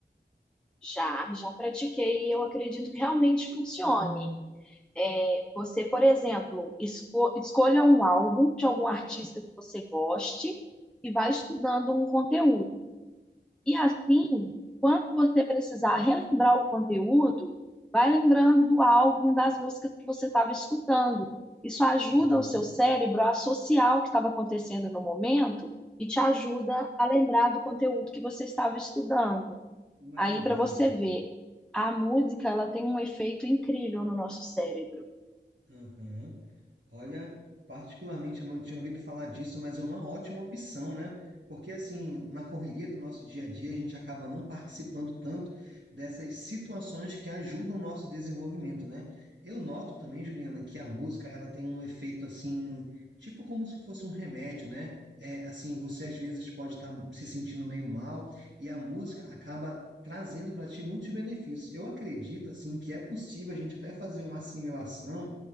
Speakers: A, in the centre; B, on the right.
A: Já, já pratiquei e eu acredito que realmente funcione. É, você, por exemplo, esco- escolha um álbum de algum artista que você goste e vai estudando um conteúdo. E assim, quando você precisar relembrar o conteúdo, vai lembrando do álbum, das músicas que você estava escutando. Isso ajuda
B: Uhum,
A: o seu cérebro a associar o que estava acontecendo no momento e te ajuda a lembrar do conteúdo que você estava estudando.
B: que maravilha.
A: Aí, para você ver, a música ela tem um efeito incrível no nosso cérebro.
B: Aham. Olha, particularmente eu não tinha ouvido falar disso, mas é uma ótima opção, né? Porque assim, na correria do nosso dia a dia, a gente acaba não participando tanto dessas situações que ajudam o nosso desenvolvimento, né? Eu noto também, Juliana, que a música, ela tem um efeito assim, tipo como se fosse um remédio, né? É, assim, você às vezes pode estar se sentindo meio mal e a música acaba trazendo para ti muitos benefícios. Eu acredito assim que é possível a gente até fazer uma assimilação